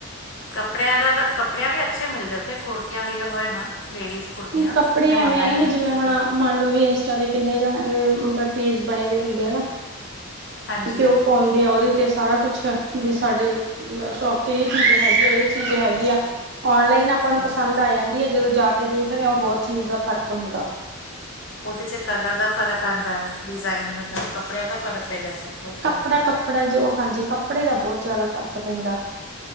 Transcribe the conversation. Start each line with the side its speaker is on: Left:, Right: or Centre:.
Left: ਕੱਪੜਿਆਂ ਦਾ ਤਾਂ ਕੱਪੜਿਆਂ ਵੀ ਅੱਛੇ ਮਿਲਦੇ ਓਥੇ ਕੁੜਤੀਆਂ ਵਗਰ ਹੋਏ ਨਾ ਲੇਡੀਜ਼ ਕੁੜਤੀਆਂ
Right: ਕੱਪੜੇ
Left: ਮੈਂ
Right: ਐਵੇਂ
Left: ਮੰਗਾਈ
Right: ਆ ਨਾ ਵੀ ਜਿਵੇਂ
Left: ਕਟ
Right: ਹੁਣ ਮੰਨ ਲਓ ਵੀ ਏਸ ਬੱਚੇਆਂ ਦੇ ਕਿੰਨੇ ਜਾਣੇ ਦੇ ਮਤਲਬ ਪੇਜ ਬਣੇਏ ਹੁੰਦੇ ਹਨ
Left: ਹਾਂਜੀ
Right: ਤੇ ਓਹ
Left: ਹੋਈ
Right: ਪਾ ਤੇ ਓਦੇ ਤੇ ਸਾਰਾ ਕੁਛ ਵੀ ਸਾਡੇ ਸ਼ੋਪ ਤੇ ਏ ਚੀਜ਼ ਹੈਗੀ ਆ ਏ ਚੀਜ਼ ਹੈਗੀ ਆ ਔਨਲਾਈਨ ਆਪਾਂ ਨੂੰ
Left: ਹਾਂਜੀ
Right: ਪਸੰਦ ਆ ਜਾਂਦੀ ਹੈ ਜਦੋਂ ਜਾ ਕੇ ਦੇਖਦੇ ਆ ਉਹ ਬਹੁਤ ਚੀਜ਼ ਦਾ ਫ਼ਰਕ ਹੁੰਦਾ
Left: ਉਹਦੇ 'ਚ ਕਲਰ ਦਾ ਫ਼ਰਕ ਆਉਂਦਾ ਡਿਜ਼ਾਇਨ ਦਾ ਕੱਪੜਿਆਂ ਦਾ ਫਰਕ ਪੈ ਜਾਂਦਾ ਬਹੁਤ
Right: ਕੱਪੜਾ
Left: ਪੈਂਦਾ
Right: ਕੱਪੜਾ ਜੋ ਹਾਂਜੀ ਕੱਪੜੇ ਦਾ ਬਹੁਤ ਜ਼ਿਆਦਾ ਫ਼ਰਕ ਪੈਂਦਾ